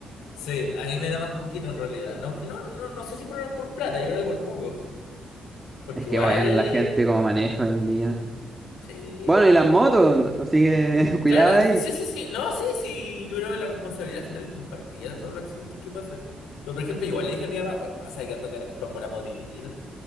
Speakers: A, on the left (about 85°); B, on the right (about 20°).
A: sí, a mí me da más cuquito en realidad. No, no, no, no sé si por, por plata, yo creo que por cuco. Porque
B: Es que
A: igual,
B: bueno, la gente como maneja hoy en día.
A: sí.
B: Bueno, y las motos, así que <laughs> cuidado
A: Claro,
B: ahí.
A: sí, sí, sí, no, sí, sí, yo creo que la responsabilidad al final es compartida de todos los accidentes que pasan. Pero por ejemplo, igual le dije a mi mamá, oye, mamá, ¿sabes que ando ganas de comprarme una motito?